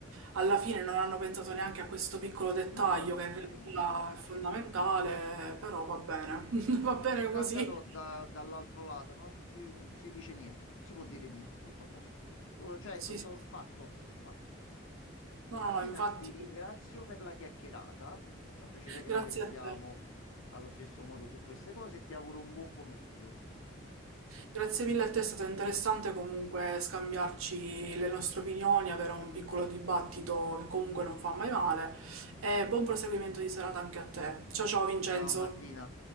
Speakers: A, on the right; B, on the left.
A: alla fine non hanno pensato neanche a questo piccolo dettaglio
B: No,
A: che in
B: no,
A: realtà
B: Martì,
A: è fondamentale, però va bene, <laughs> va bene
B: c'è Gal
A: così.
B: Gadot da- dall'altro lato, non si, si dice niente, si può dire niente, tutto a posto. Tu- Cioè,
A: Sì,
B: è tutto
A: sì.
B: fatto, fatto.
A: No, no,
B: Martina,
A: no, infatti,
B: ti ringrazio per la chiacchierata, fa piacere che
A: grazie
B: la pensiamo
A: a te.
B: allo stesso modo su queste cose e ti auguro un buon pomeriggio.
A: Grazie mille a te, è stato interessante comunque scambiarci le nostre opinioni, avere un piccolo dibattito che comunque non fa mai male e buon proseguimento di serata anche a te. Ciao ciao Vincenzo!
B: Ciao Martina.